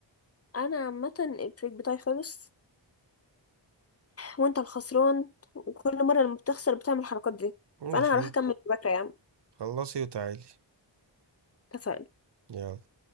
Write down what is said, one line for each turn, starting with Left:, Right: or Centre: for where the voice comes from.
Left: انا عامه التريك بتاعي خالص وانت الخسران وكل مره لما بتخسر بتعمل الحركات دي
Right: ماشي
Left: فانا هروح
Right: انت
Left: اكمل مذاكره يا عم
Right: خلصي وتعالي
Left: اتفقنا
Right: يلا